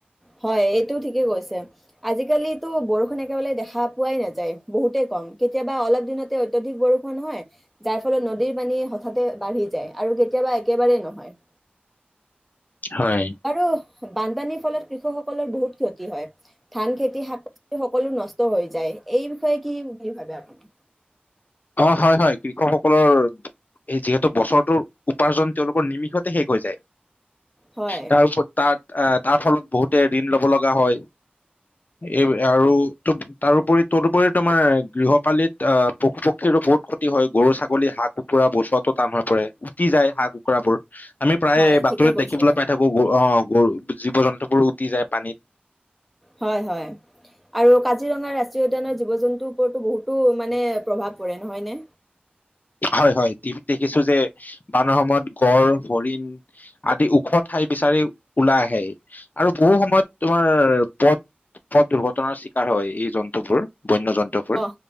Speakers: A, in the centre; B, on the left.
A: হয় এইটোও ঠিকেই কৈছে আজিকালো বৰষুণ একেবাৰে দেখা পোৱাই নাযায় বহুতে কম কেতিয়াবা অলপ দিনতে অত্যাধিক বৰষুণহ হয় যাৰ ফলত নদীৰ পানী হঠাতে বাঢ়ি যায় আৰু কেতিয়াবা একেবাৰেেই নহয়।
B: হয়
A: আৰু বানপানীৰ ফলত কৃষকসকলৰ বহুত ক্ষতি হয়। ধান খেতি শাক পাচলি সকলো নষ্ট হৈ যায়। যায়। এই বিষয়ে কি বুলি ভাবে আপুনি
B: অ হয় হয়। কৃষকসকলৰ যিহেতু বছৰটোৰ উপাৰ্জন তেওঁলোকৰ নিমিষতে শেষ হৈ যায়।
A: হয়,
B: তাৰপৰত তাত আহ তাৰ ফলত বহুতে ঋণ ল'ব লগা হয় এই আৰু তাৰোপৰি তদুপৰি তোমাৰ গৃহপালিত আহ পশু পক্ষীৰো বহুত ক্ষতি হয় গৰু ছাগলী হাঁহ কুকুৰা বচোৱাতটো টান হৈ পৰে উটি যায় হাঁহ কুকুৰাবোৰ আমি প্ৰায়
A: হয়,
B: বাতৰিত
A: ঠিকে কৈছে।
B: দেখিবলৈ পাই থাকো অ গৰু জীৱ জন্তুবোৰো উটি যায় পানীত।
A: হয় হয় আৰু কাজিৰঙা ৰাষ্ট্ৰীয় উদ্যানৰ জীৱ জন্তুৰ ওপৰতো বহুতো মানে প্ৰভাৱ পৰে নহয়নে?
B: হয় হয় টিভিত দেখিছো যে বানৰ সময়ত গড় হৰিণ আদি ওখ ঠাই বিচাৰি ওলাই আহে আৰু বহু সময়ত তোমাৰ পথ পথ দুৰ্ঘটনাৰ চিকাৰ হয় এই জন্তুবোৰ বন্য জন্তুবোৰ
A: অ